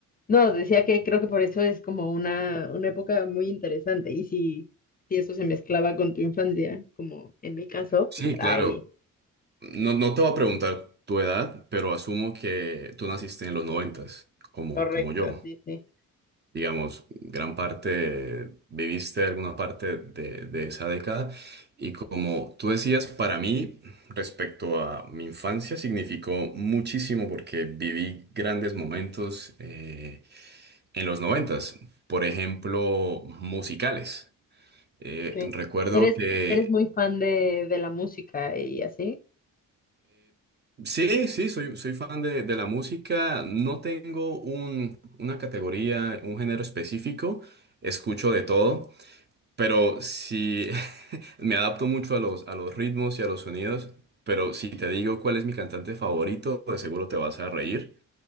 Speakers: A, on the left; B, on the right.
A: No, decía que creo que por eso es como una, una época muy interesante. Y si, si eso se mezclaba con tu infancia, como en mi caso,
B: Sí,
A: pues
B: claro.
A: ahí,
B: No, no te voy a preguntar tu edad, pero asumo que tú naciste en los noventas, como,
A: correcto,
B: como yo.
A: sí, sí.
B: digamos, gran parte, viviste alguna parte de, de esa década. Y como tú decías, para mí, respecto a mi infancia, significó muchísimo porque viví grandes momentos eh, en los noventas, por ejemplo, musicales. Eh,
A: ok.
B: recuerdo
A: ¿Eres,
B: que
A: eres muy fan de, de la música y así?
B: sí, sí, soy, soy fan de, de la música. No tengo un- una categoría, un género específico. Escucho de todo. Pero si <laughs> Me adapto mucho a los, a los ritmos y a los sonidos, pero si te digo cuál es mi cantante favorito, de seguro te vas a reír.